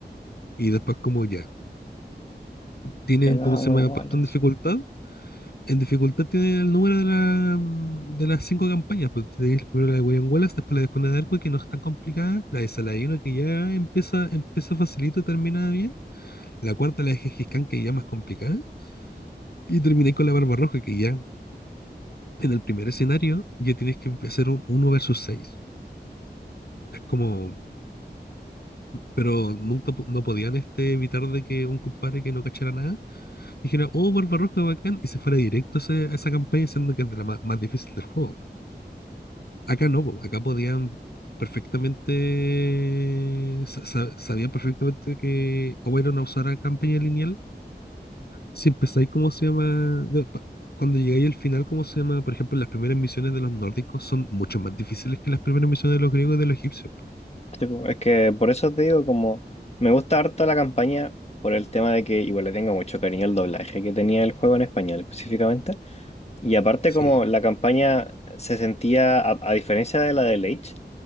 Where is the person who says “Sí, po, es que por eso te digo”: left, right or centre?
Left